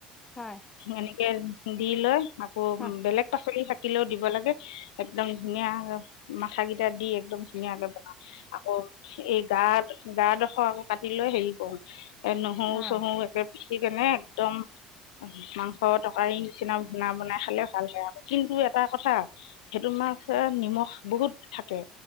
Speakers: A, on the left; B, on the left.
A: হয়
B: এনেকে দি লৈ আকৌ
A: হয়
B: বেলেগ শাক পাচলি থাকিলেও দিব লাগে, একদম ধুনীয়া মাথা কিটা দি একদম ধুনীয়াকে বনাওঁ। আকৌ, এই গা গাডোখৰ আকৌ কাটি লৈ হেৰি কৰো। এ নহৰু
A: অঁ
B: চহৰো একে পিচি কেনে একদম। মাংস তটকাৰী নিচিনা ঘুণা বনাই খালে ভাল হয় আক, কিন্তু এটা কথা। সেইটো মাছত নিমখ বহুত থাকে।